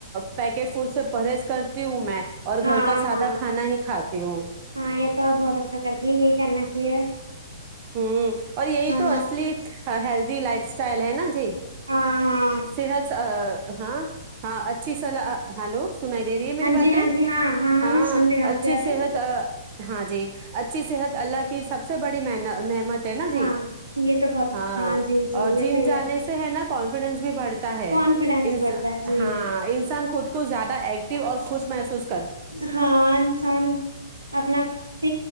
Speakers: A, on the right; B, on the right.
A: پیکٹ فوڈ سے پرہیز کرتی ہوں میں اور
B: ہاں
A: گھر کا سادہ
B: ہاں
A: کھانا ہی کھاتی ہوں
B: ہاں یہ تو آپ بہت اچھا کرتی ہیں یہی کرنا چاہیے
A: ہ اور یہی
B: ہاں
A: تو اصلی ہے لی لائف سٹائل ہے نا جی
B: ہاں ہاں
A: صحت ہاں ہاں اچھی صلاح ہلو سنائی دے رہی ہے میری
B: ہاں
A: باتیں
B: جی ہاں جی ہاں
A: ہاں
B: میں سن رہی ہوں آپ
A: اچھی
B: کی باتیں
A: صحت ہاں جی اچھی صحت اللہ کی سب سے بڑی نعمت ہے نا جی
B: ہاں یہ تو بہت اچھا
A: ہاں
B: جی جی
A: اور
B: یہ
A: جم
B: تو یہ
A: جانے سے ہے نا کانفیڈنس بھی بڑھتی ہے
B: کانفیڈینس
A: انسان
B: بڑھتا ہے جی
A: ہاں انسان خود کو کو زیادہ ایکٹو اور خوش محسوس کر
B: ہاں انسان اپنا س